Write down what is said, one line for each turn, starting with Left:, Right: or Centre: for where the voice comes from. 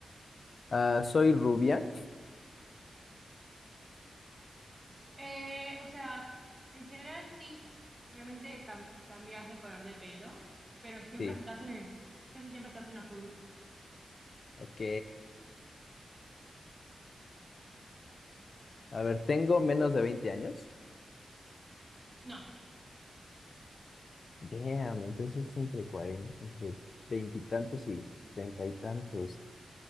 Left: Ah, ¿soy rubia?
Right: Eh, o sea, en general sí. Obviamente cam- cambias de color de pelo, pero siempre
Left: Sí,
Right: estás en el, casi siempre estás en los rubios.
Left: ok. A ver, ¿tengo menos de veinte años?
Right: No,
Left: Damn, entonces entre 40, entre veintitantos y treinta y tantos.